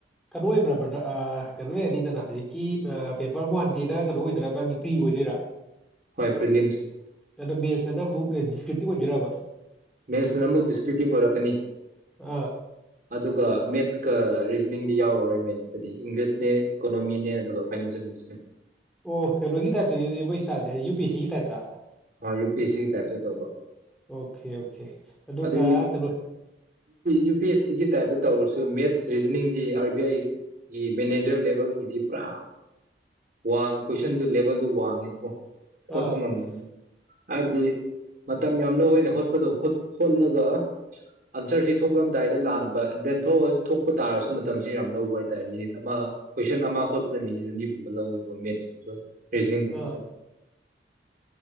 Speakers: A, in the centre; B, on the right.
A: ꯀꯩꯅꯣ ꯑꯣꯏꯕ꯭ꯔꯥꯕ꯭ꯔꯗ ꯀꯩꯅꯣ ꯑꯣꯏꯔꯅꯤꯗꯅ ꯍꯧꯖꯤꯛꯀꯤ ꯄꯦꯄꯔ ꯋꯥꯟꯁꯤꯅ ꯀꯩꯅꯣ ꯑꯣꯏꯗꯣꯏꯔꯥ ꯅꯪꯒꯤ ꯄ꯭ꯔꯤ ꯑꯣꯏꯗꯣꯏꯔꯥ
B: ꯍꯣꯏ ꯄꯂꯤꯝꯁ
A: ꯑꯗꯣ ꯃꯦꯠꯁꯇꯅ ꯑꯃꯨꯛ ꯗꯤꯁꯀ꯭ꯔꯤꯞꯇꯤ ꯑꯣꯏꯗꯣꯏꯔꯕ
B: ꯃꯦꯠꯁꯅ ꯑꯃꯨꯛ ꯗꯤꯁꯀ꯭ꯨꯇꯤꯞ ꯑꯣꯏꯔꯛꯀꯅꯤ
A: ꯑꯥ
B: ꯑꯗꯨꯒ ꯃꯦꯠꯁꯀ ꯔꯤꯖꯅꯤꯡꯗꯤ ꯌꯥꯎꯔꯔꯣꯏ ꯃꯦꯟꯁꯇꯗꯤ ꯏꯪꯂꯤꯁꯅꯦ ꯏꯀꯣꯅꯣꯃꯤꯅꯦ ꯑꯗꯨꯒ ꯐꯥꯏꯅꯥꯟꯁꯤꯌꯦꯜꯁꯅꯦ
A: ꯑꯣ ꯐꯦ ꯔꯣꯒ ꯇꯩꯁ ꯆ ꯄꯤ ꯁꯤꯒꯤ ꯇꯥꯏꯞꯇ
B: ꯌꯨ ꯄꯤ ꯑꯦꯁ ꯁꯤꯒꯤ ꯇꯥꯏꯞꯇ ꯇꯧꯕ
A: ꯑꯣꯀꯦ ꯑꯣꯀꯦ ꯑꯗꯨꯒ
B: ꯑꯗꯩ
A: ꯀꯩꯅꯣ
B: ꯌꯨ ꯄꯤ ꯑꯦꯁ ꯁꯤ ꯁꯤꯒꯤ ꯇꯥꯏꯞꯇ ꯇꯧꯔꯁꯨ ꯃꯦꯠꯁ ꯔꯤꯖꯅꯤꯡꯒꯤ ꯑꯥꯔ ꯕꯤ ꯑꯥꯏꯒꯤ ꯃꯦꯅꯦꯖꯔ ꯂꯦꯚꯦꯜꯒꯤꯗꯤ ꯄꯨꯔꯥ ꯋꯥꯡ ꯀꯣꯏꯁꯟꯗꯨ ꯂꯦꯚꯦꯜꯗꯨ ꯋꯥꯡꯉꯦꯕꯀꯣ ꯈꯣꯠꯄ
A: ꯑꯥ
B: ꯉꯝꯗꯅꯤ ꯍꯥꯏꯕꯗꯤ ꯃꯇꯝ ꯌꯥꯝ ꯂꯧꯋꯦꯅ ꯍꯣꯠꯄꯗꯣ ꯍꯣꯠꯂꯒ ꯑꯟꯁꯔꯁꯤ ꯊꯣꯛꯂꯝꯂꯝꯗꯥꯏꯗ ꯂꯥꯟꯕ ꯑꯦꯟ ꯗꯦꯟ ꯊꯣꯛꯄ ꯇꯥꯔꯁꯨ ꯃꯇꯝꯁꯤꯦ ꯌꯥꯝ ꯂꯧꯕ ꯍꯥꯏꯇꯥꯔꯦ ꯃꯤꯅꯤꯠ ꯑꯃ ꯀꯣꯏꯁꯟ ꯑꯃ ꯈꯣꯠꯄꯗ ꯃꯤꯅꯤꯠ ꯑꯅꯤꯒꯨꯝꯕ ꯂꯧꯋꯦꯕ ꯃꯦꯠꯁꯨꯒ ꯄꯔꯤꯖꯅꯤꯡꯕꯣꯁꯦ
A: ꯑꯥ